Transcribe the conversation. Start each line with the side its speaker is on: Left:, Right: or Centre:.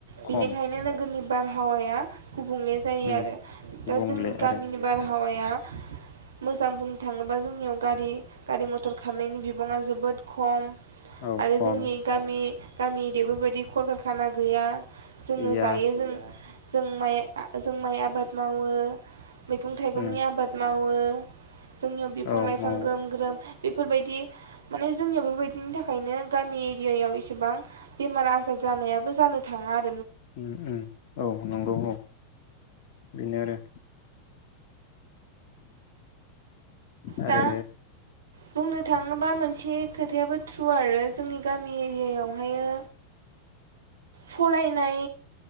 Right: बिनिखायनो
Left: खम
Right: नोगोरनि बारहाव हावाया गुबुंले जायो
Left: उम
Right: आरो
Left: गुबुंले
Right: दा जोंनि गामिनि
Left: आरो
Right: बारहावाया मोजां बुंनो थाङोबा जोंनियाव गारि गारि मथर खारनायनि बिबाङा जोबोद खम
Left: औ
Right: आरो
Left: खम
Right: जोंनि गामि गामि दिफोरबायदि खलकारखाना गैया जोङो
Left: गैया
Right: जायो जों जों माइ आ जों माइ आबाद मावो। मैगं थाइगंनि
Left: उम
Right: आबाद मावो । ओ जोंनियाव बिफां
Left: औ
Right: लाइफां
Left: मावो
Right: ग्रोम ग्रोम बेफोरबायदि माने जोंनिया बेफोरबायदिनि थाखायनो गामि एरियायाव इसेबां बेमार आजार जानायाबो जानो थाङा आ
Left: ओम ओम औ नंगौ औ बेनो आरो। आरो
Right: दा बुंनो थाङोबा मोनसे खोथायाबो थ्रु आरो जोंनि गा मि एरियायावहायो फरायनाय